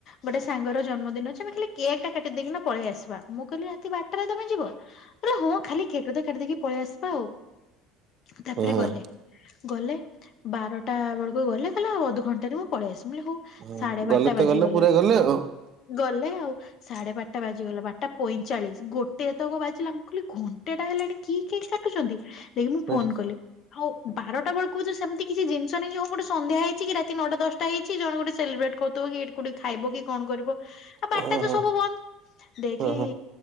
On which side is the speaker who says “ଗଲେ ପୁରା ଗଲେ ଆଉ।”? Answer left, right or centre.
Right